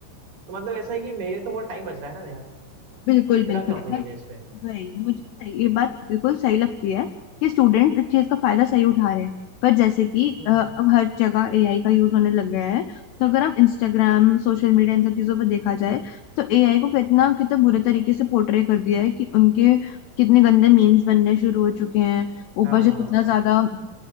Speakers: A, on the right; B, on the left.
A: तो मतलब ऐसा है कि मेरे तो बहुत टाइम बच रहा है ना मेरा
B: बिल्कुल
A: तेरा
B: बिल्कुल
A: क्या ओपिनियन है इस पे
B: वही मुझे सही ये बात बिल्कुल सही लगती है कि स्टूडेंट इस चीज का फायदा सही उठा रहे हैं पर जैसे कि
A: हम्म
B: अ, अब हर जगह एआई का यूज होने लग गया है तो अगर हम इंस्टाग्राम सोशल मीडिया इन सब चीजों पर देखा जाए तो एआई को कितना कितना बुरे तरीके से पोर्ट्रे कर दिया है कि उनके कितने गंदे मीम्स बनने शुरू हो चुके हैं ऊपर
A: हाँ
B: से
A: हाँ
B: कितना
A: हाँ
B: ज्यादा